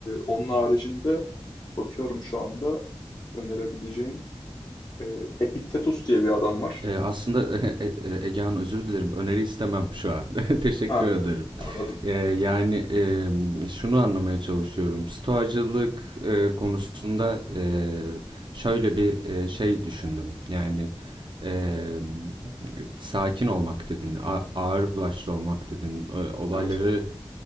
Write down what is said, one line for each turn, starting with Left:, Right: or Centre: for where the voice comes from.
Left: onun haricinde bakıyorum şu anda önerebileceğim e, Epiktetus diye bir adam var.
Right: Eee, aslında <laughs> e, e, Ege Hanım, özür dilerim. Öneri istemem şu an. <laughs> Teşekkür
Left: Ha,
Right: ederim.
Left: anladım,
Right: Ee,
Left: anladım.
Right: yani em, şunu anlamaya çalışıyorum. Stoacılık e, konusunda e, şöyle bir e, şey düşündüm. Yani em, sakin olmak dedin, a- ağır başlı olmak dedin, e, olayları
Left: Evet,